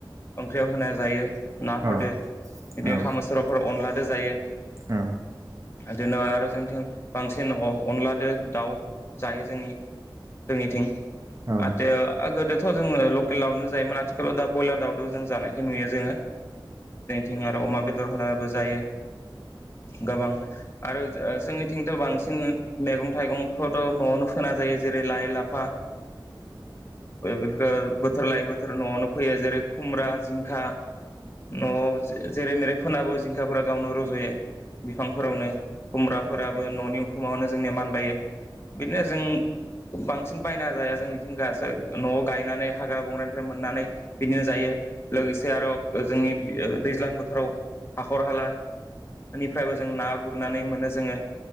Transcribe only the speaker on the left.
ओंख्रियाव होनाय जायो। नाफोरदो
बिदिनो
खामा सर'फोर अनलादो जायो।
हेदिनो आरो जोंथिं बांसिन अनलादो दाउ जायो जोंनि जोंनिथिं
आतदो बेथ' जो लकेल दाउनो जायोमोन । आथिखालाव दा बयलार दावदो जों जानायखौ नुयो जोङो। बेथिं आरो अमा बेदर होनाबो जायो गोबां आरो जोंनिथिंथ' बांसिन मेगं थाइगं खौथ' न'आवनो फोना जायो जेरै लाइ लाफा बे बेफोर बोथोर लायै बोथोर न'आवनो फैयो जेरै खुमब्रा जिंखा न'आव जेरै मेरै फोनाबो जिंखाफोरा गावनो रज'यो। बिफांफोरावनो खुमब्राफोराबो न'नि उखुमावनो जोंनिया मानबायो बिदिनो जों बांसिन बायना जाया जोंनिथिं गासोब न'आव गायनानै हाग्रा बंग्रानिफ्राय मोननानै बिदिनो जायो लोगोसे आरो जोंनि दैज्लां बोथोराव हाखर हाला एनिफ्रायबो जों ना गुरनानै मोनो जोङो।